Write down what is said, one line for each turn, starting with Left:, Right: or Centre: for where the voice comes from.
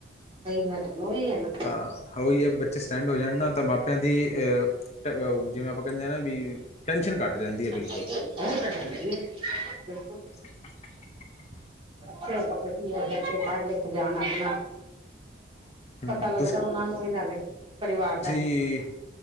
Right: ਸਹੀ ਮੈਂ ਰਹਿਣ ਉਹੀ ਹੈ ਨਾ
Left: ਹਾਂ ਹੋਈ ਹੈ ਬੱਚੇ ਸਟੈਂਡ ਹੋ ਜਾਨ ਨਾ ਤਾਂ ਮਾਪਿਆਂ ਦੀ ਅਹ ਆ ਜਿਵੇਂ ਆਪਾਂ ਕਹਿੰਦੇ ਹ ਨਾ ਵੀ ਟੈਨਸ਼ਨ ਘੱਟ ਜਾਂਦੀ ਹੈ ਬਿਲ
Right: ੳਹ ਤਾਂ ਹੈਗਾ ਈ ਏ ਬਿਲਕੁਲ।
Left: <inaudible>
Right: ਚ ਵਧੀਆ ਬੱਚੇ ਪੜ੍ਹ ਲਿਖ ਜਾਨ ਅਪਨਾ
Left: ਹਮ
Right: ਪਤਾ ਲੱਗਦਾ ਉਹਨਾਂ ਨੂੰ ਵੀ ਨਾਲੇ ਪਰਿਵਾਰ ਦਾ।
Left: ਕੀ